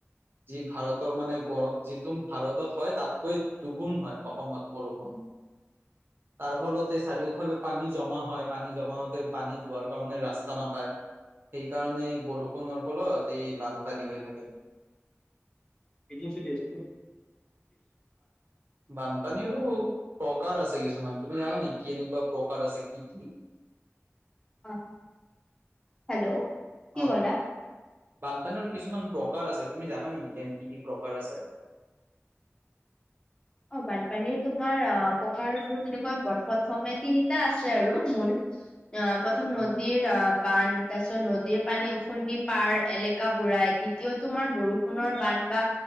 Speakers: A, on the right; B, on the left.
A: যি ভাৰত । মানে গৰম যিটো ভাৰতত হয় তাতকৈ দুগুণ হয় অসমত বৰষুণ। তাৰ ফলতে চাৰিওফালে পানী জমা হয় পানী জমা হওঁতে পানী যোৱাৰ কাৰণে। ৰাস্তা নাপায়, সেইকাৰণে বৰষুণৰ ফলত। তে বানপানী হৈ থাকে।
B: এটিম চ দেছ ন।
A: বানপানী প্ৰকাৰ আছে কিছুমান। তুমি জানা নেকি? এনেকুৱা প্ৰকাৰ আছে কি কি?
B: অ হেল্ল' কি
A: অ
B: ক'লা?
A: বানপানীৰো কিছুমান প্ৰকাৰ আছে তুমি জানা নেকি কি কি প্ৰকাৰ আছে? <inaudible>
B: অ বানপানীৰ তোমাৰ অ প্ৰকাৰ বোৰ তেনেকুৱা প্ৰথমে তিনিটা আছে আৰু মূল। অ প্ৰথম
A: অ
B: নদীৰ বান তাৰছত ন। নদী পানী উফন্দি পাৰ এলেকা বুৰাই দ্বিতীয় তোমাৰ বৰষুণৰ বান্ধ বা